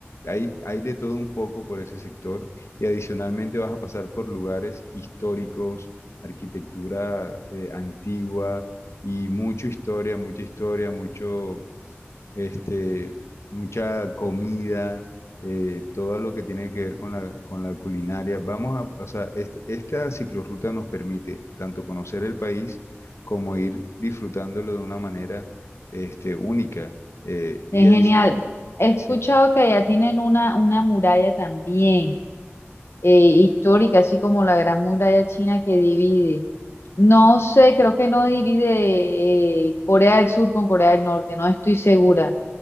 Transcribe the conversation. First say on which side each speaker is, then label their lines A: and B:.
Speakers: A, on the left; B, on the left.
A: Hay, hay de todo un poco por ese sector y adicionalmente vas a pasar por lugares históricos, arquitectura, eh, antigua y mucha historia, mucha historia, mucho, este, mucha comida, eh, todo lo que tiene que ver con la, con la culinaria. Vamos a, o sea, est- esta ciclorruta nos permite tanto conocer el país como ir disfrutándolo de una manera este, única eh,
B: Qué
A: y
B: genial.
A: adicional.
B: He escuchado
A: Sí,
B: que allá tienen una, una muralla también. eh, histórica, así como la Gran Muralla China que divide. No sé, creo que no divide eh, Corea del Sur con Corea del Norte, no estoy segura,